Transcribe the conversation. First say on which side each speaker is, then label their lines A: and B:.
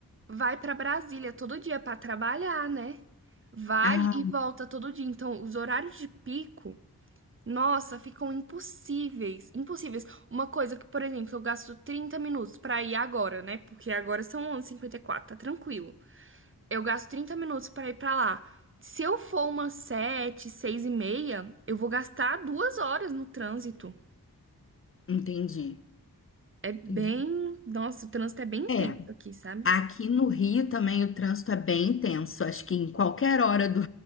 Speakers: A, on the right; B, on the left.
A: vai pra Brasília todo dia pra trabalhar, né? Vai
B: Ah,
A: e volta todo dia. Então, os horários de pico. Nossa, ficam impossíveis, impossíveis. Uma coisa que, por exemplo, eu gasto 30 minutos pra ir agora, né? Porque agora são 11h54, tá tranquilo. Eu gasto 30 minutos pra ir pra lá. Se eu for umas 7, 6 e meia, eu vou gastar duas horas no trânsito.
B: entendi.
A: É bem...
B: Entendi.
A: Nossa, o trânsito é bem intenso
B: É,
A: aqui, sabe?
B: aqui no Rio também o trânsito é bem intenso, acho que em qualquer hora do,